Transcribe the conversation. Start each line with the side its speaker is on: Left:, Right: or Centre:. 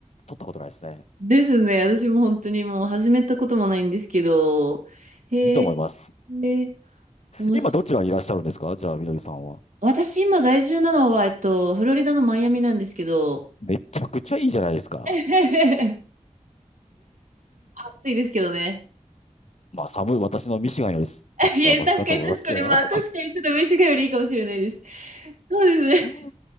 Left: 取ったことないですね。
Right: <laughs> ですね。私も本当にもう始めたこともないんですけど、へえ、
Left: いいと思います。
Right: へえ面白い。
Left: 今どちらにいらっしゃるんですかじゃあ、みのりさんは。
Right: 私今在住なのは、えっと、フロリダのマイアミなんですけど、
Left: めちゃくちゃいいじゃないですか。
Right: <laughs> 暑いですけどね。
Left: まあ、寒い、私のミシガンより寒いだと思いますけど。
Right: <laughs> いや、確かに確かに、まあ確かにちょっとミシガンよりいいかもしれないです。そうですね。
Left: <laughs> う